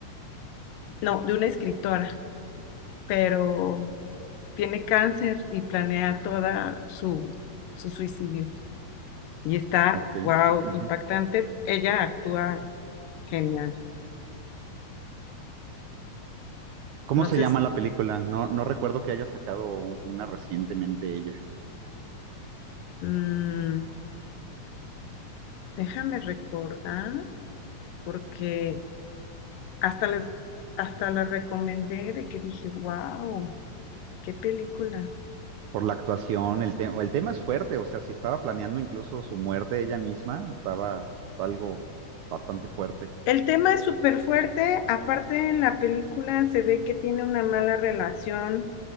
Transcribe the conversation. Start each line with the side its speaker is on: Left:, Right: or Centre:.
Left: no, de una escritora, pero tiene cáncer y planea toda su, su suicidio. Y está,
Right: Ok.
Left: wow,
Right: ujú.
Left: impactante. Ella actúa genial.
Right: ¿Cómo
Left: Entonces,
Right: se llama la película? No, no recuerdo que haya sacado una recientemente ella.
Left: mm, déjame recordar, porque Hasta les, hasta la recomendé de que dije, wow, qué película.
Right: Por la actuación, el tema, el tema es fuerte, o sea, si estaba planeando incluso su muerte ella misma, estaba, es algo bastante fuerte.
Left: El tema es súper fuerte, aparte en la película se ve que tiene una mala relación